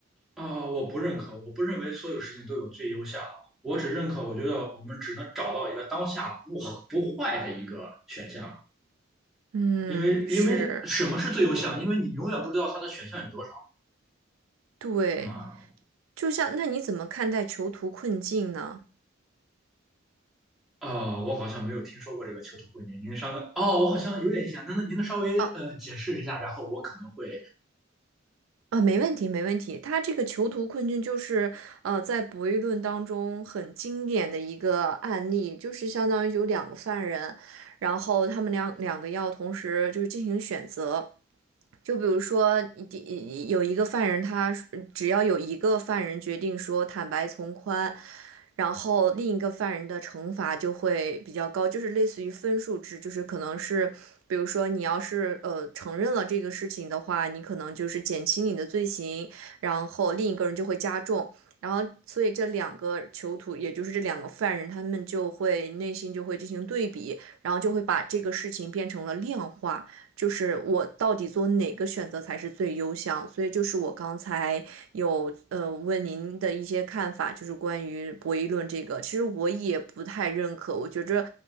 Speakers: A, in the centre; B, on the right.
A: 呃，我不认可，我不认为所有事情都有最优项，我只认可，我觉得我们只能找到一个当下不好不坏的一个选项，
B: 嗯，
A: 因为因为什么是最优项？
B: 是，
A: 因为你永远不知道它的选项有多少，
B: 对，
A: 是吗？
B: 就像，那你怎么看待囚徒困境呢？
A: 呃，我好像没有听说过这个囚徒困境。您稍等，哦，我好像有点印象。那那您能稍微呃解释一下，
B: 啊。
A: 然后我可能会
B: 啊，没问题，没问题。他这个囚徒困境就是，呃，在博弈论当中很经典的一个案例，就是相当于有两个犯人，然后他们两两个要同时就是进行选择。就比如说，第有一个犯人他，只要有一个犯人决定说坦白从宽，然后另一个犯人的惩罚就会比较高，就是类似于分数制，就是可能是。比如说，你要是呃承认了这个事情的话，你可能就是减轻你的罪行，然后另一个人就会加重，然后所以这两个囚徒，也就是这两个犯人，他们就会内心就会进行对比，然后就会把这个事情变成了量化，就是我到底做哪个选择才是最优项。所以就是我刚才有呃问您的一些看法，就是关于博弈论这个，其实我也不太认可。我觉着